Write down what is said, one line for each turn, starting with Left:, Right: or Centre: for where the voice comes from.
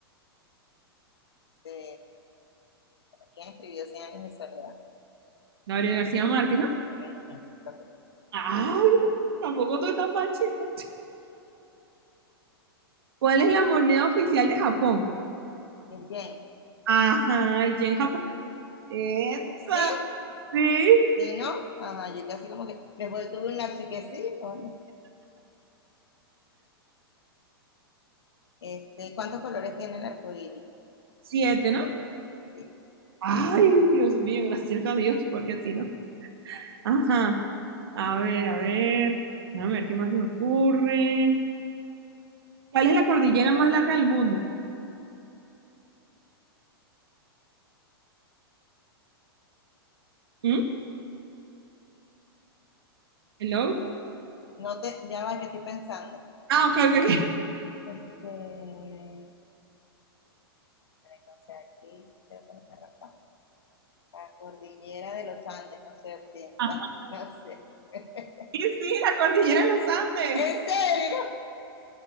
Left: Este, ¿quién escribió Cien años de soledad?
Right: Gabriel García Márquez, ¿no?
Left: Ujú, correcto.
Right: Ay, tampoco tú estás mal, chica. ¿Cuál es la moneda oficial de Japón?
Left: El Yen.
Right: Ajá, el yen japonés. Esa,
Left: ¿Sí?
Right: sí.
Left: ¿Sí, no? Ajá, yo casi como que después tuve un lapso y que sí, bueno. Este, ¿cuántos colores tiene el arco iris?
Right: Siete, ¿no?
Left: Sí.
Right: Ay, Dios mío, gracias a Dios, porque si no. Ajá. A ver, a ver, a ver qué más se me ocurre. ¿Cuál es la cordillera más larga del mundo? ¿Mm? ¿Hello?
Left: No te, ya va, que estoy pensando.
Right: Ah, ok, ok, ok. <laughs>
Left: Este, miércoles, no sé, sí, creo que no me raspa. La cordillera de los Andes, no sé, occidental,
Right: Ajá.
Left: <laughs> no sé. <laughs>
Right: Sí, sí, la cordillera de los Andes.
Left: ¿En serio?